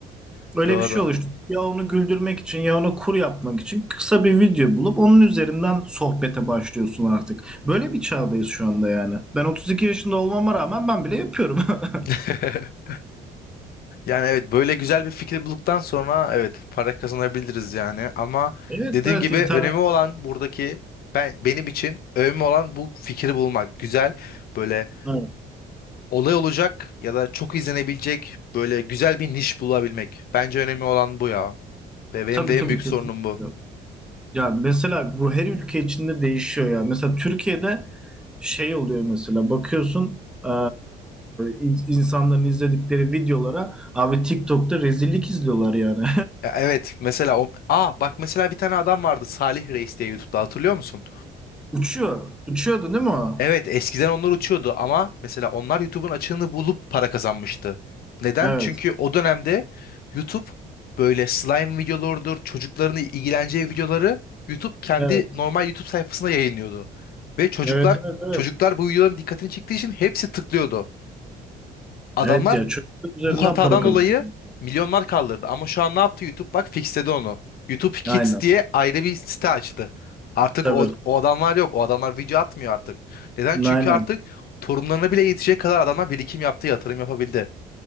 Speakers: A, on the left (about 65°); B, in the centre.
A: <laughs>
B: Öyle
A: Doğru.
B: bir şey oluştu. Ya onu güldürmek için ya ona kur yapmak için kısa bir video bulup onun üzerinden sohbete başlıyorsun artık. Böyle bir çağdayız şu anda yani. Ben 32 yaşında olmama rağmen ben bile yapıyorum. <laughs>
A: <laughs> Yani evet böyle güzel bir fikir bulduktan sonra evet para kazanabiliriz yani ama
B: Evet
A: dediğim
B: evet
A: gibi
B: internet.
A: önemi olan buradaki ben benim için önemli olan bu fikri bulmak. Güzel böyle
B: Evet.
A: olay olacak ya da çok izlenebilecek böyle güzel bir niş bulabilmek. Bence önemli olan bu ya. Ve benim
B: Tabii
A: de
B: tabii
A: en büyük
B: kesinlikle.
A: sorunum bu.
B: Ya mesela bu her ülke içinde değişiyor ya. Mesela Türkiye'de şey oluyor mesela bakıyorsun eee, in- insanların izledikleri videolara abi TikTok'ta rezillik izliyorlar yani.
A: Ya evet mesela o... Aa bak mesela bir tane adam vardı Salih Reis diye YouTube'da hatırlıyor musun?
B: <laughs> Uçuyor. Uçuyordu değil mi o?
A: Evet, eskiden onlar uçuyordu ama mesela onlar YouTube'un açığını bulup para kazanmıştı. Neden?
B: Evet.
A: Çünkü o dönemde YouTube böyle slime videolarıdır, çocukların ilgileneceği videoları YouTube kendi
B: Evet.
A: normal YouTube sayfasında yayınlıyordu. Ve çocuklar
B: Evet, evet, evet.
A: çocuklar bu videoların dikkatini çektiği için hepsi tıklıyordu. Adamlar
B: Evet ya çocuklar üzerinden
A: bu hatadan
B: para kazanıyor.
A: dolayı milyonlar kaldırdı. Ama şu an ne yaptı YouTube? Bak fixledi onu. YouTube Kids
B: Aynen.
A: diye ayrı bir site açtı. Artık
B: Tabii.
A: o, o adamlar yok. O adamlar video atmıyor artık. Neden? Çünkü
B: Aynen.
A: artık torunlarına bile yetecek kadar adamlar birikim yaptı, yatırım yapabildi.